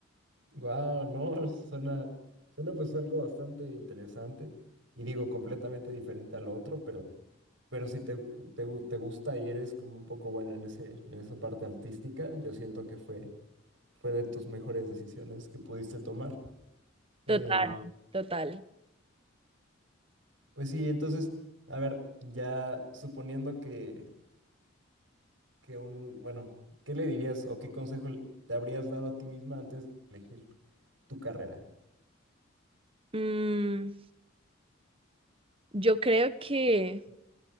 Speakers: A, on the right; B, on the right.
A: Wow, no, <laughs> suena, suena pues algo bastante interesante y digo completamente diferente al otro, pero, pero si te, te, gu- te gusta y eres como un poco buena en ese, en esa parte artística, yo siento que fue, fue de tus mejores decisiones que pudiste tomar. Eh,
B: Total, total.
A: pues sí, entonces, a ver, ya suponiendo que, que un, bueno, ¿qué le dirías o qué consejo te habrías dado a ti misma antes de elegir? tu carrera?
B: Mm, yo creo que